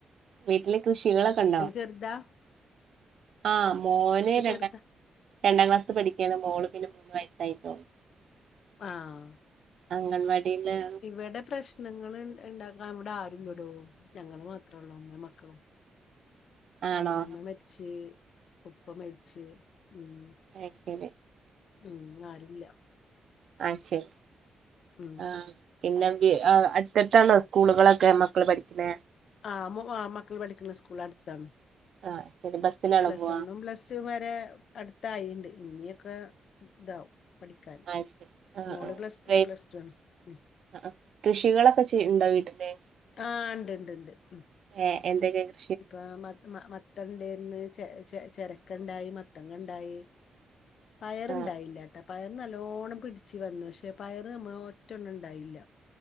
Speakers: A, on the right; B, on the left.
A: വീട്ടില് കൃഷികളൊക്കെണ്ടോ
B: ചെർതാ
A: ആ മോന് ര
B: ചെറുതാ
A: രണ്ടാം ക്ലാസ് പഠിക്കയാണ് മോള് പിന്നെ മൂന്ന് വയസ്സായിട്ടേള്ളൂ
B: ആഹ്
A: അംഗൻവാടിയിലാ
B: ഇവിടെ പ്രശ്നങ്ങൾ ഇ ഇണ്ടാക്കാൻ ഇവടെ ആരുല്ലടോ ഞങ്ങള് മാത്രേ ഉള്ളൂ അമ്മേം മക്കളും
A: ആണോ
B: അമ്മായിമ്മ മരിച്ച് ഉപ്പ മരിച്ച് ഉം
A: വെക്കല്
B: ഉം ആരൂല്ല
A: ആ ശരി
B: ഉം
A: ആ പിന്നെന്തിയേ ആ അട് ക്കെടുത്താണോ സ്കൂളുകളൊക്കെ മക്കള് പഠിക്കണെ
B: ആ മ് മക്കള് പഠിക്കുന്ന സ്കൂൾ അടുത്താണ്
A: ആ ശരി ബസ്സിലാണോ
B: പ്ലസ്
A: പോവാ
B: വണ്ണും പ്ലസ് ടു വരെ അടുത്തായിണ്ട് ഇനിയൊക്കെ ഇതാവും പഠിക്കാൻ
A: അയ് ശരി ആ
B: മോള്
A: ആ
B: പ്ലസ്
A: ഡ്രൈവ്-
B: പ്ലസ് ടു ആണ് ഉം.
A: ആ ക്ക് കൃഷികളൊക്കെ ചീയ്യ്ണ്ടോ വീട്ടില്
B: ആഹ് ഇണ്ട് ഇണ്ട് ഇണ്ട് ഉം
A: ഏഹ് എന്തൊക്കെണ്ട്
B: ഇപ്പ മ മ മത്തണ്ട്ന്ന് ചെ ചെ ചെരക്കണ്ടായി മത്തങ്ങ ഇണ്ടായി പയറിണ്ടായില്ല
A: ആ
B: ട്ട പയർ നല്ലോണ്ണം പിടിച്ചു വന്നു പക്ഷെ പയർ മ് ഒറ്റൊണ്ണം ഇണ്ടായില്ല